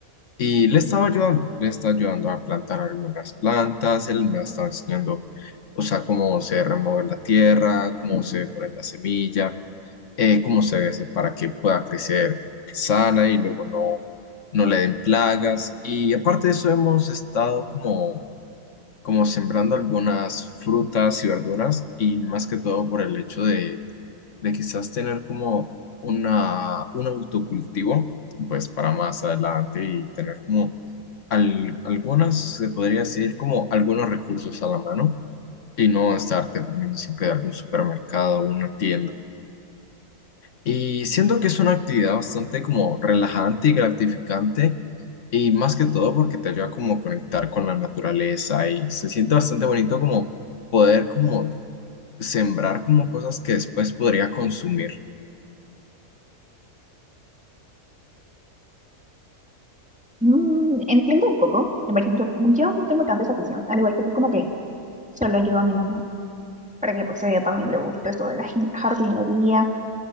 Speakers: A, on the left; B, in the centre.
A: Y le estaba ayudando, le está ayudando a plantar algunas plantas, él me ha estado enseñando, o sea, cómo se remueve la tierra, cómo se pone la semilla, eh, cómo se debe hacer para que pueda crecer sana y luego no, no le den plagas. Y aparte de eso, hemos estado como, como sembrando algunas frutas y verduras y más que todo por el hecho de, de quizás tener como una, un autocultivo, pues para más adelante y tener como al- algunas, se podría decir, como algunos recursos a la mano. Y no estar dependiendo siempre de algún supermercado o una tienda. Y siento que es una actividad bastante como relajante y gratificante, y más que todo porque te ayuda como a conectar con la naturaleza y se siente bastante bonito como poder como sembrar como cosas que después podría consumir,
B: Mm, entiendo un poco, por ejemplo, yo no tengo tanta esa afición, al igual que tú, como que solo ayudo a mi mamá para que pues a ella también le guste esto de la jin- jardinería